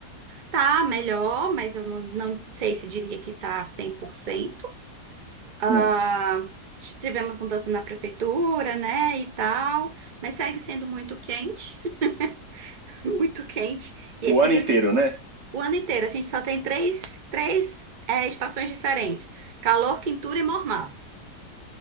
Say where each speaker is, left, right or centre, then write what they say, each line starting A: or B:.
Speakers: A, on the right; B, on the right.
A: tá melhor, mas eu não, não sei se diria que tá 100%. Ah,
B: Hum.
A: tivemos mudança na prefeitura, né, e tal, mas segue sendo muito quente, <laughs> muito quente. E
B: O
A: esses
B: ano
A: últimos...
B: inteiro, né?
A: O ano inteiro a gente só tem três, três, eh, estações diferentes. Calor, quintura e mormaço.